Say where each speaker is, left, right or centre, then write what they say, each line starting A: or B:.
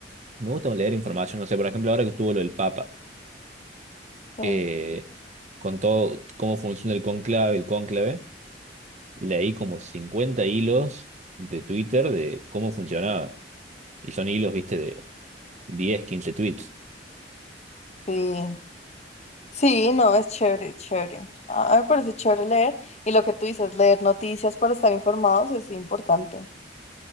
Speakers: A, on the right; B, on the left.
A: Me gusta leer información, no sé, por ejemplo, ahora que estuvo lo del Papa,
B: Sí,
A: eh, con todo cómo funciona el conclave, el cónclave, leí como 50 hilos de Twitter de cómo funcionaba. Y son hilos, ¿viste? De 10, 15 tweets.
B: sí, Sí, no, es chévere, es chévere. A a mí me parece chévere leer y lo que tú dices, leer noticias para estar informados es importante.